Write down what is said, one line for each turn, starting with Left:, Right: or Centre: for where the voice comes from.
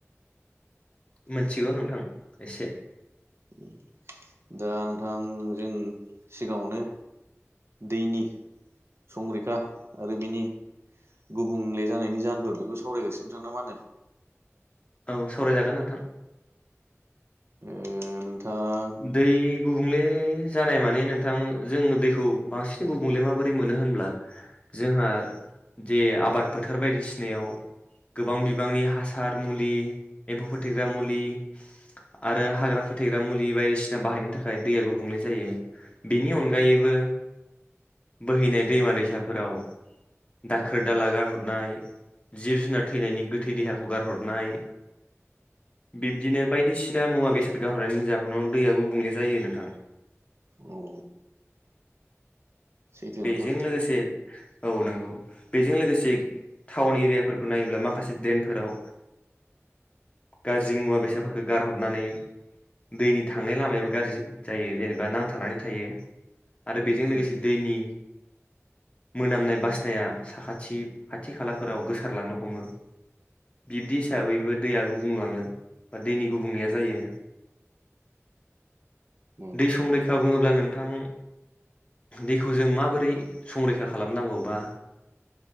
Left: मोनथिगौ नोंथां एसे
Right: उम दा नोंथां जों सिगाङावनो दैनि संरैखा आरो बिनि गुबुंले जानायनि जाहोनफोर बेखौ सावरायग्रोसिनो नोंथां ना मा होनो
Left: औ सावरायजागोन नोंथां
Right: उम ए नों आं
Left: दै गुबुंले जानाय माने नोंथां जोंङो दैखौ बांसिन गुबुंले माबोरै मोनो होनब्ला जोंहा जे आबाद फोथार बायदिसिनायाव गोबां बिबांनि हासार मुलि एम्फौ फोथेग्रा मुलि आरो हाग्रा फोथेग्रा मुलि बायदिसिना बाहायनायनि थाखाय दैया गुबुंले जायो बिनि अनगायैबो बोहैनाय दैमा दैसाफोराव दाखोर दाला गारहरनाय जिब जुनार थैनायनि गोथै देहाखौ गारहरनाय बिब्दिनो बायदिसिना मुवा बेसाद गारहरनायनि जाहोनाव दैया गुबुंले जायो नोंथां
Right: औ सैथो
Left: बेजों
Right: नोंथां
Left: लोगोसे औ नोंगौ बेजों लोगोसे टाउन एरियाफोरखौ नायोब्ला माखासे देनफोराव गाज्रि मुवा बेसादफोरखौ गारहरनानै दैनि थांनाय लामायाबो गाज्रि जायो जेनेबा नांथानानै थायो आरो बेजों लोगोसे
Right: उम
Left: दैनि मोनामनाय बासनाया साखाथि खाथि खालाफोराव गोसारलांनो हमो बिब्दि हिसाबैबो दैया गुबुं लाङो बा दैनि गुबुंनाया जायो
Right: औ
Left: दै संरैखा बुङोब्ला नोंथां दैखौ जों माबोरै संरैखा खालामनांगौ बा